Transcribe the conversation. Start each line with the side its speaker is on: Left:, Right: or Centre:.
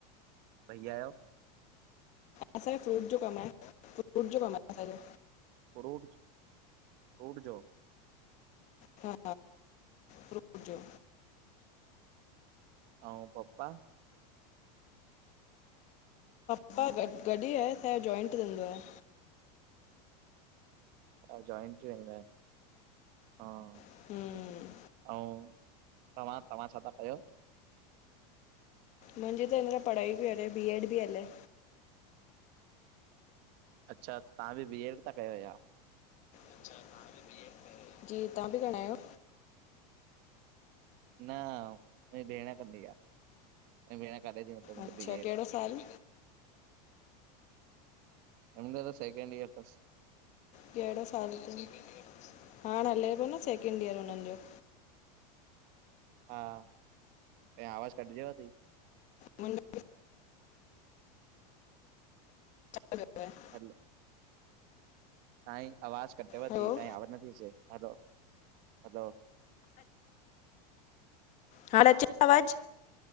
Right: भैया जो?
Left: असांजो फ्रूट जो कम आहे, फ्रूट जो कम आहे असांजो।
Right: फ्रूट, फ्रूट जो।
Left: हा, फ्रूट जो।
Right: आऊं पपा?
Left: पपा गॾ गॾु ही आहे असांजो जॉइंट जो धंधो आहे।
Right: अच्छा जोइंट थी व हा।
Left: हम्म,
Right: आऊं तव्हां, तव्हां छा था कयो?
Left: मुंहिंजी त हिमल पढ़ाई बि हले बी एड बि हले।
Right: अच्छा तव्हां बि, बी एड था कयो या?
Left: अच्छा नाल बि। <unintelligible> जी तव्हां बि घणा आहियो?
Right: न मुंहिंजी भेण कंदी आहे, मुंहिंजी भेण करे थी मतिलबु
Left: अच्छा
Right: बी एड
Left: कहिड़ो साल
Right: अन्या त सेकंड ईयर तस।
Left: कहिड़ो साल अथईं हाणे हले पियो न, सेकेंड ईयर हुननि जो।
Right: हा, तहीं आवाज़ कटिजे वठी।
Left: मुंहिंजो <inaudible>
Right: हलो। ताही आवाज कटे वधती
Left: हलो
Right: ताही आवाज़ न अचे ती हलो हलो।
Left: हाणे अचे थी आवाज़।